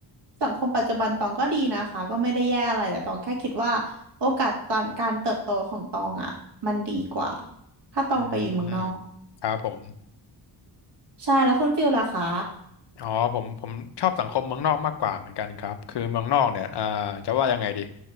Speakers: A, on the right; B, on the left.
A: สังคมปัจจุบันตองก็ดีนะคะก็ไม่ได้แย่อะไรแต่ตองแค่คิดว่าโอกาสตอนการเติบโตของตองอ่ะมันดีกว่าถ้าตองไปอยู่เมืองนอก
B: อืมครับผม
A: ใช่แล้วคุณฟิลล่ะคะ
B: อ๋อผมผมชอบสังคมเมืองนอกมากกว่าเหมือนกันครับคือเมืองนอกเนี่ยอ่าจะว่ายังไงดี